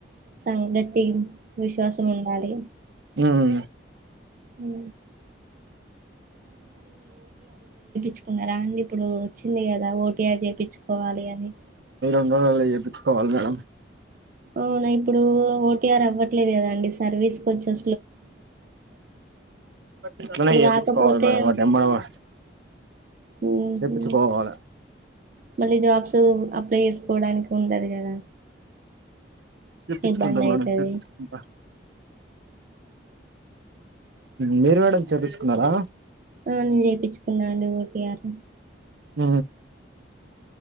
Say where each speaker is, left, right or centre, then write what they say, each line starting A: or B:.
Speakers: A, on the right; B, on the right.
A: సంఘటిం విశ్వాసము ఉండాలి.
B: ఉమ్
A: ఊ చుకున్నారా అండి ఇప్పుడు వచ్చింది గదా ఓటీయార్ చేపిచుకోవాలి అని
B: అందరం అల్లా చేయించుకోవాలి మేడం,
A: అవునా ఇప్పుడు ఓటీఆర్ అవ్వట్లేదు క దా అండి సర్వీస్ కొంచం
B: ఎట్లనో
A: ఇప్పుడు
B: చేపిచుకోవాలి
A: కాకపోతే
B: మేడం తొందరగా
A: ఉహు
B: చెప్పించుకోవాల
A: మళ్ళీ జాబ్స్ అప్లై చేసుకోవడానికి ఉండదు కాదా
B: చేపిచ్చుకుంటా
A: ఇబ్బది అయితది.
B: మేడం చేపిచ్చుకుంటా మీరు మేడం చేపిచుకున్నారా,
A: ఆ నేను చేపిచుకున్నా అండి ఒ టి యార్
B: ఊ